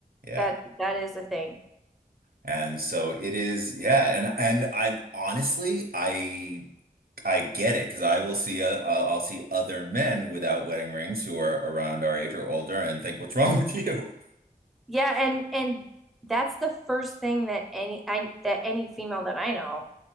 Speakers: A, on the right; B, in the centre.
A: Yeah.
B: That that is a thing.
A: And so it is, yeah, and and I honestly, I I get it because I will see uh, I'll I'll see other men without wedding rings who are around our age or older and think, "What's wrong with you?"
B: Yeah, and and that's the first thing that any I that any female that I know,